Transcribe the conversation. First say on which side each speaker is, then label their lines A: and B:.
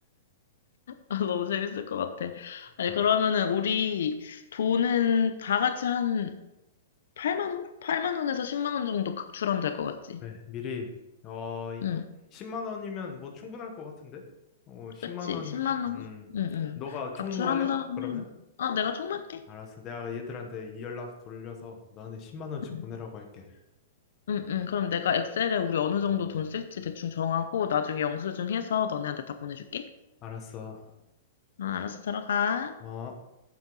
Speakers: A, on the left; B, on the left.
A: 아, 너무 재밌을 것 같아.
B: 그러니까.
A: 아니, 그러면은 우리 돈은 다 같이 한 8만 원? 8만 원에서 10만 원 정도 각출하면 될 것 같지?
B: 그래, 미리, 어, 이,
A: 응,
B: 10만 원이면 뭐 충분할 것 같은데? 어, 10만
A: 그치.
B: 원,
A: 10만 원.
B: 음.
A: 응, 응.
B: 너가 총무할래?
A: 각출한 다음에.
B: 그러면?
A: 아, 내가 총맞게.
B: 알았어. 내가 얘들한테 이 연락 돌려서 너한테 10만 원씩
A: 응,
B: 보내라고 할게.
A: 응, 응. 그럼 내가 엑셀에 우리 어느 정도 돈 쓸지 대충 정하고 나중에 영수증 해서 너네한테 다 보내줄게.
B: 알았어.
A: 아, 알았어. 들어가.
B: 어.